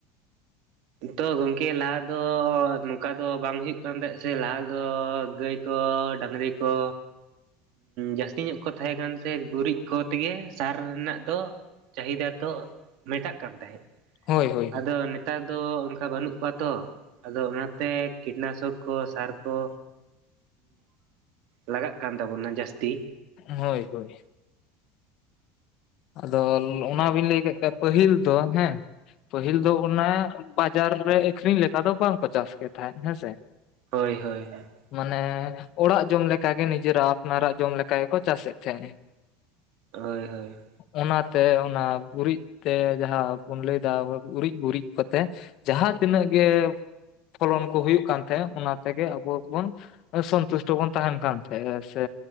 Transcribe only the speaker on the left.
ᱦᱳᱭ ᱦᱳᱭ
ᱦᱳᱭ ᱦᱳᱭ ᱟᱫᱚᱞ ᱚᱱᱟ ᱵᱤᱱ ᱞᱟᱹᱭ ᱠᱮᱫ ᱠᱷᱟᱱ ᱯᱟᱹᱦᱤᱞ ᱫᱚ ᱦᱮᱸ ᱯᱟᱹᱦᱤᱞ ᱫᱚ ᱚᱱᱟ ᱵᱟᱡᱟᱨ ᱨᱮ ᱟᱠᱷᱨᱤᱧ ᱞᱮᱠᱟ ᱫᱚ ᱵᱟᱝᱠᱚ ᱪᱟᱥ ᱠᱮᱫ ᱛᱟᱦᱮᱸᱫ ᱦᱮᱸᱥᱮ
ᱢᱟᱱᱮ ᱚᱲᱟᱜ ᱡᱚᱢ ᱞᱮᱠᱟ ᱜᱮ ᱱᱤᱡᱮᱨᱟᱜ ᱟᱯᱱᱟᱨᱟᱜ ᱡᱚᱢ ᱞᱮᱠᱟ ᱜᱮᱠᱚ ᱪᱟᱥᱮᱫ ᱛᱟᱦᱮᱸᱜ᱾
ᱚᱱᱟᱛᱮ ᱚᱱᱟ ᱜᱩᱨᱤᱡ ᱛᱮ ᱡᱟᱦᱟᱸ ᱵᱩᱱ ᱞᱟᱹᱭᱫᱟ ᱜᱩᱨᱤᱡ ᱜᱩᱨᱤᱡ ᱠᱚᱛᱮ ᱾ ᱡᱟᱦᱟᱸ ᱛᱤᱱᱟᱹᱜ ᱜᱮ ᱯᱷᱚᱞᱚᱱ ᱠᱚ ᱦᱩᱭᱩᱜ ᱠᱟᱱ ᱛᱟᱦᱮᱸ ᱚᱱᱟ ᱛᱮᱜᱮ ᱟᱵᱚ ᱵᱚᱱ ᱥᱚᱱᱛᱩᱥᱴᱚ ᱵᱚᱱ ᱛᱟᱦᱮᱱ ᱠᱟᱱ ᱛᱟᱦᱮᱸᱜ ᱥᱮ